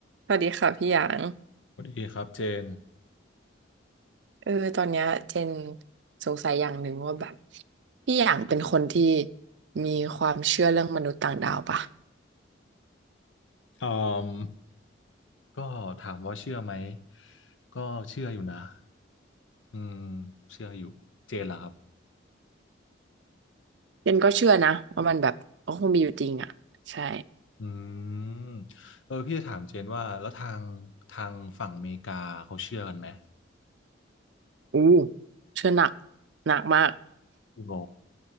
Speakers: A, on the right (about 70°); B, on the left (about 85°).
A: สวัสดีค่ะพี่หยาง
B: สวัสดีครับเจน
A: เออตอนเนี้ยเจนสงสัยอย่างหนึ่งว่าแบบพี่หยางเป็นคนที่มีความเชื่อเรื่องมนุษย์ต่างดาวปะ
B: อืมก็ถามว่าเชื่อไหมก็เชื่ออยู่นะอืมเชื่ออยู่เจนล่ะครับ
A: เจนก็เชื่อนะว่ามันแบบก็คงมีอยู่จริงอ่ะใช่
B: อืมเออพี่จะถามเจนว่าแล้วทางทางฝั่งอเมริกาเขาเชื่อกันไหม
A: อู้เชื่อหนักหนักมาก
B: คุณโอ